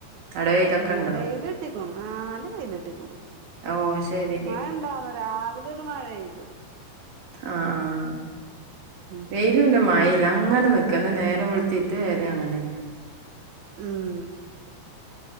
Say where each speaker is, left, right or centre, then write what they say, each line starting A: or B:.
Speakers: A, on the right; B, on the right.
A: അവിടെ വെയിലൊക്കെ
B: ആഹ്
A: ഇണ്ടോ
B: വെയിലിട്ടിക്കോണു ആഹ് നല്ല വെയിലിട്ടിക്കോണു
A: ഓ ശരി
B: മഴ ഉണ്ടാവുന്ന് രാവിലെ ഒരു മഴെയ്തു
A: ആഹ് ആഹ്
B: ഉം
A: വെയിലു ഇല്ല മഴയുല്ല അങ്ങനെ നിക്കന്ന നേരം വെളു തിദ് വെരെ അങ്ങനെ തന്നെ
B: ഉം